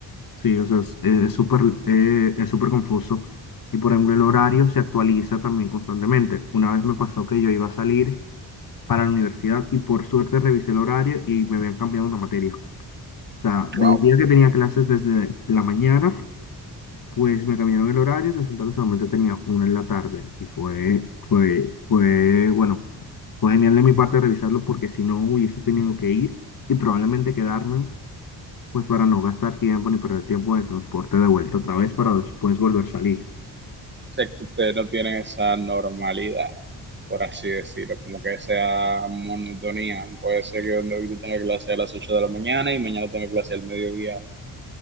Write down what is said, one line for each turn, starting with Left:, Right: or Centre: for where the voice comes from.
Left: Sí, o sea, es eh, es súper eh, es súper confuso. Y por ejemplo, el horario se actualiza también constantemente. Una vez me pasó que yo iba a salir para la universidad y por suerte revisé el horario y me habían cambiado una materia. O sea, de
Right: Wow.
Left: un día
Right: O
Left: que tenía clases desde la mañana, pues me cambiaron el horario y resulta que solamente tenía una en la tarde. Y fue, fue, fue, bueno, fue genial de mi parte revisarlo porque si no hubiese tenido que ir y probablemente quedarme pues para no gastar tiempo ni perder tiempo de transporte de vuelta otra vez para después volver a salir.
Right: sea que ustedes no tienen esa normalidad, por así decirlo, como que esa monotonía. Puede ser que donde hoy tú tengas clase a las 8 de la mañana y mañana tengas clase al mediodía